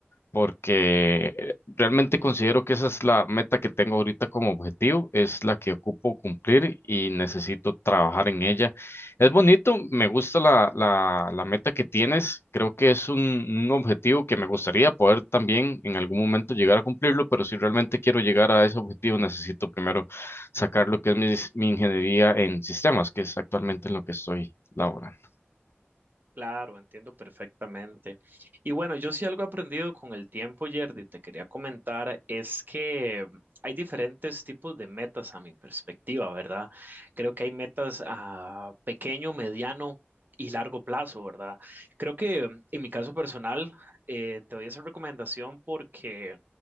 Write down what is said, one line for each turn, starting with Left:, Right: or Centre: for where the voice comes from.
Left: porque eh, realmente considero que esa es la meta que tengo ahorita como objetivo, es la que ocupo cumplir y necesito trabajar en ella. Es bonito, me gusta la, la, la meta que tienes, creo que es un, un objetivo que me gustaría poder también en algún momento llegar a cumplirlo, pero si realmente quiero llegar a ese objetivo necesito primero sacar lo que es mi, mi ingeniería en sistemas, que es actualmente en lo que estoy laborando.
Right: Claro, entiendo perfectamente. Y bueno, yo sí algo he aprendido con el tiempo, Yerdy, te quería comentar, es que hay diferentes tipos de metas a mi perspectiva, ¿verdad? Creo que hay metas a pequeño, mediano y largo plazo, ¿verdad? Creo que mm, en mi caso personal, eh, te doy esa recomendación porque